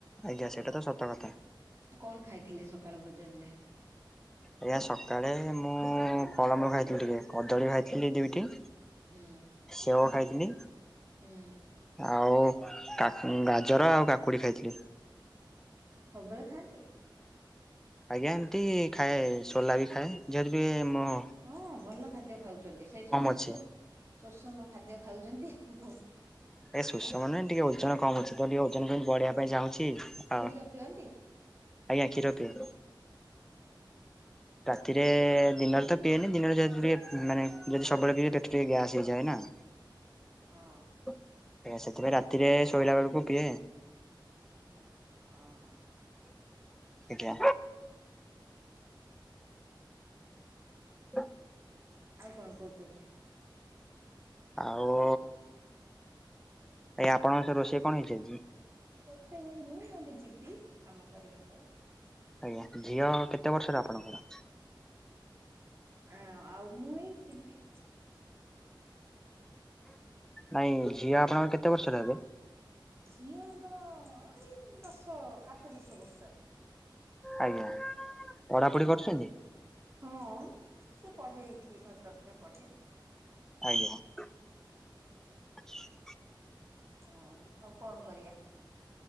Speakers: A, in the centre; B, on the right.
A: ଆଜ୍ଞା ସେଇଟା ତ ସତ କଥା
B: କଣ ଖାଇଥିଲେ ସକାଳ ଭୋଜନରେ
A: ଆଜ୍ଞା ସକାଳେ ମୁଁ ଫଳମୂଳ ଖାଇଥିଲି ଟିକେ କଦଳୀ ଖାଇଥିଲି ଦୁଇଟି
B: ହୁଁ
A: ସେଓ ଖାଇଥିଲି
B: ହୁଁ।
A: ଆଉ ଗାଜର ଆଉ କାକୁଡି ଖାଇଥିଲି
B: ସବୁବେଳେ ଖାଆନ୍ତି
A: ଆଜ୍ଞା ଏମିତି ଖାଏ ସୋଲା ବି ଖାଏ ଯେହେତୁ ଟିକେ ମୁଁ
B: ହଁ ଭଲ ଖାଦ୍ୟ ଖାଉଛନ୍ତି ସେଇ ସବୁ ଶୁଷ
A: ଅଛି।
B: ଶୋଷମ ଖାଦ୍ୟ ଖାଉଛନ୍ତି ଆଉ
A: ଏ ସୁଷମ ନୁହେଁ, ଟିକେ ଓଜନ କମ ଅଛି ତ ଟିକେ ଓଜନ ବଢିବା ପାଇଁ ଚାହୁଁଛି ଆଉ
B: କ୍ଷୀର ପିଅନ୍ତି?
A: ଆଜ୍ଞା କ୍ଷୀର ପିଏ।
B: ଓ ହୋ।
A: ରାତିରେ ଦିନରେ ତ ପିଇଏନି। ଦିନରେ ଯଦି ଟିକେ ମାନେ ଯଦି ସବୁବେଳେ ପିଇେ ପେଟରେ ଟିକେ ଗ୍ୟାସ୍ ହେଇଯାଏ ନା।
B: ହଁ।
A: ଆଜ୍ଞା। ସେଥିପାଇଁ ରାତିରେ ଶୋଇଲା ବେଳକୁ ପିଏ।
B: ଓହୋ।
A: ଆଜ୍ଞା। <inaudible>
B: ଆଉ କଣ କହୁଛନ୍ତି?
A: ଆଉ
B: ହଉ।
A: ଆଜ୍ଞା ଆପଣଙ୍କ ସବୁ ରୋଷେଇ କଣ ହେଇଛି ଆଜି?
B: ନା ରୋଷେଇ ହେଇନି। ମୁଁ ଏବେ ଯିବି କାମ କରିବା ପାଇଁ।
A: ଆଜ୍ଞା। ଝିଅ କେତେ ବର୍ଷର ଆପଣଙ୍କର?
B: ଆଁ ଆଉ ମୁଁ ଏଇ ଯିବି।
A: ନାଇଁ ଝିଅ ଆପଣଙ୍କର କେତେ ବର୍ଷର ହେବେ?
B: ଝିଅ ଆମର ଏଇ ଦଶ, ଆଠ, ଦଶ ବର୍ଷର।
A: ଆଜ୍ଞା ପଢାପଢି
B: ହୁଁ।
A: କରୁଛନ୍ତି?
B: ହଁ, ସେ ପଢ଼େ ଏଇଠି ଭଦ୍ରକରେ ପଢ଼େ।
A: ଆଜ୍ଞା।
B: ହଉ।
A: <inaudible>
B: ହଁ, ଆଉ କଣ କରିବା!